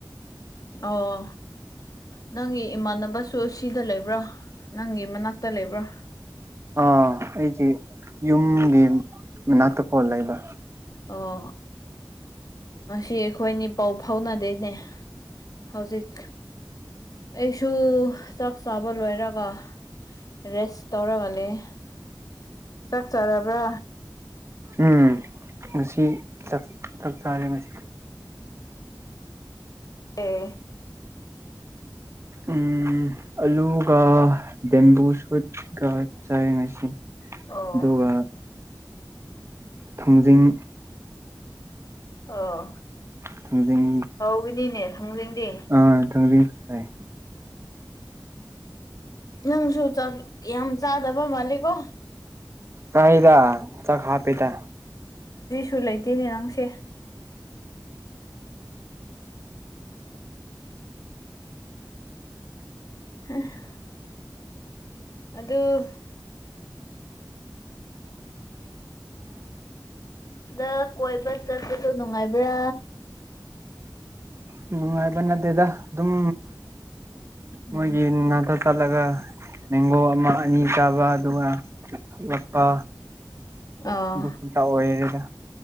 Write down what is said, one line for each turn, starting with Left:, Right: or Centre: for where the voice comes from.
Left: ꯑꯣ ꯅꯪꯒꯤ ꯏꯃꯥꯟꯅꯕꯁꯨ ꯁꯤꯗ ꯂꯩꯕ꯭ꯔꯣ ꯅꯪꯒꯤ ꯃꯅꯥꯛꯇ ꯂꯩꯕ꯭ꯔꯥ
Right: ꯑꯥ ꯑꯩꯒꯤ ꯌꯨꯝꯒꯤ ꯃꯅꯥꯛꯇ ꯀꯣ ꯂꯩꯕ
Left: ꯑꯣ ꯉꯁꯤ ꯑꯩꯈꯣꯏꯅꯤ ꯄꯥꯎ ꯐꯥꯎꯅꯗꯦꯅꯦ ꯍꯧꯖꯤꯛ ꯑꯩꯁꯨ ꯆꯥꯛ ꯆꯥꯕ ꯂꯣꯏꯔꯒ ꯔꯦꯁ ꯇꯧꯔꯒ ꯂꯩꯌꯦ ꯆꯥꯛ ꯆꯥꯔꯕ꯭ꯔꯥ
Right: ꯎꯝ ꯉꯁꯤ ꯆꯥꯛ ꯆꯥꯛꯆꯥꯔꯦ ꯉꯁꯤ
Left: ꯑꯦ
Right: ꯎꯝ ꯑꯂꯨꯒ ꯕꯦꯝꯕꯨ ꯁꯨꯠꯀ ꯆꯥꯏ ꯉꯁꯤ
Left: ꯑꯣ
Right: ꯑꯗꯨꯒ ꯊꯥꯡꯖꯤꯡ
Left: ꯑꯣ
Right: ꯊꯥꯡꯖꯤꯡ
Left: ꯍꯥꯎꯒꯅꯤꯅꯦ ꯊꯥꯡꯖꯤꯡꯗꯤ
Right: ꯑꯥ ꯊꯥꯡꯖꯤꯡ ꯆꯥꯏ
Left: ꯅꯪꯁꯨ ꯆꯥꯛ ꯌꯥꯝ ꯆꯥꯗꯕ ꯃꯥꯜꯂꯦꯀꯣ
Right: ꯆꯥꯢꯗ ꯆꯥꯛ ꯍꯥꯞꯄꯦꯗ
Left: ꯁꯨ ꯂꯩꯇꯦꯅꯦ ꯅꯪꯁꯦ <unintelligible> ꯑꯗꯨ <unintelligible> ꯗ ꯀꯣꯏꯕ ꯆꯠꯄꯗꯨ ꯅꯨꯡꯉꯥꯏꯕ꯭ꯔꯥ
Right: ꯅꯨꯡꯉꯥꯏꯕ ꯅꯗꯦꯗꯥ ꯑꯗꯨꯝ
Left: ꯎꯝ
Right: ꯃꯣꯏꯒꯤ ꯉꯥꯛꯇ ꯆꯠꯂꯒ ꯃꯦꯡꯒꯣ ꯑꯃ ꯑꯅꯤ ꯆꯥꯕ ꯑꯗꯨꯒ ꯊꯣꯛꯂꯛꯄ
Left: ꯑꯣ
Right: ꯑꯗꯨ ꯈꯛꯇ ꯑꯣꯏꯔꯦꯗ